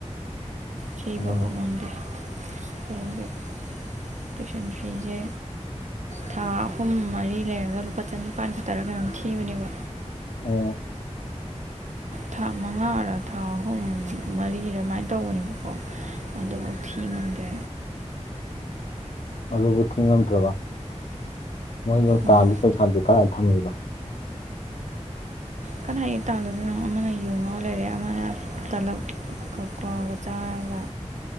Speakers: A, on the right (about 75°); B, on the left (about 70°).
A: ꯊꯤꯕꯕꯧ
B: ꯎꯝ
A: ꯉꯝꯗꯦ ꯑꯗꯨꯅ ꯇꯨꯏꯁꯟ ꯐꯤꯁꯦ ꯊꯥ ꯑꯍꯨꯝ ꯃꯔꯤ ꯂꯩꯔꯒ ꯂꯨꯄꯥ ꯆꯅꯤꯄꯥꯟ ꯈꯛꯇꯔ ꯀꯩꯅꯣꯝ ꯊꯤꯕꯅꯦꯕ
B: ꯑꯣ
A: ꯊꯥ ꯃꯉꯥꯔ ꯊꯥ ꯑꯍꯨꯝ ꯃꯔꯤꯔ ꯑꯗꯨꯃꯥꯏꯅ ꯇꯧꯕꯅꯦꯕꯀꯣ ꯑꯗꯨꯐꯥꯎ ꯊꯤ ꯉꯝꯗꯦ
B: ꯑꯗꯨꯕꯨ ꯊꯤꯉꯝꯗ꯭ꯔꯕ ꯃꯣꯏꯗꯣ ꯇꯥꯜꯂꯤ
A: ꯎꯝ
B: ꯄꯩꯁꯥꯗꯨ ꯀꯗꯥꯏ ꯊꯝꯃꯤꯕ
A: ꯀꯗꯥꯥꯏ ꯇꯥꯂꯗ ꯂꯩ ꯌꯣ ꯂꯩꯔꯦ ꯑꯃꯅ ꯇꯂꯞ ꯀꯋꯥꯒ ꯆꯥꯔꯒ